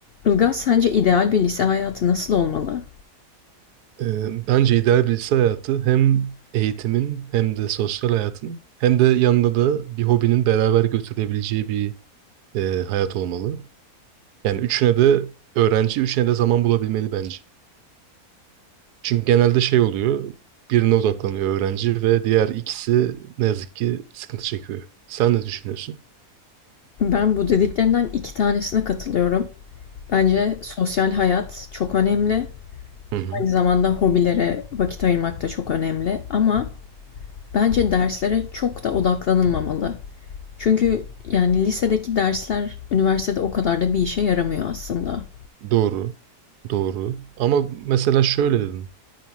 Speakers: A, on the left; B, on the right.
A: Ilgaz, sence ideal bir lise hayatı nasıl olmalı?
B: Ee, Bence ideal birisi hayatı hem eğitimin hem de sosyal hayatın hem de yanında da bir hobinin beraber götürülebileceği bir e, hayat olmalı. Yani üçüne de öğrenci, üçüne de zaman bulabilmeli bence. Çünkü genelde şey oluyor, birine odaklanıyor öğrenci ve diğer ikisi ne yazık ki sıkıntı çekiyor. Sen ne düşünüyorsun?
A: Ben bu dediklerinden iki tanesine katılıyorum. Bence sosyal hayat çok önemli.
B: Hı hı.
A: Aynı zamanda hobilere vakit ayırmak da çok önemli. Ama bence derslere çok da odaklanılmamalı. Çünkü yani lisedeki dersler üniversitede o kadar da bir işe yaramıyor aslında.
B: Doğru, doğru. Ama mesela şöyle dedim.